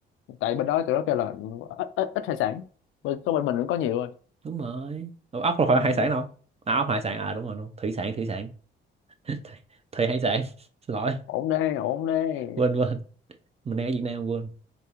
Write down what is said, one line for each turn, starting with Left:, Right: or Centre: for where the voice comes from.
Left: tại bên đó tụi nó kêu là ít ít, ít hải sản bên có bên mình cũng có nhiều rồi
Right: đúng rồi Ủa, ốc là phải
Left: ừ.
Right: hải sản đâu à ốc hải sản à đúng rồi đúng thủy sản thủy sản <laughs> thủy, thủy hải sản <laughs> xin lỗi
Left: ổn đây ổn đây
Right: quên quên mình đang ở Việt Nam quên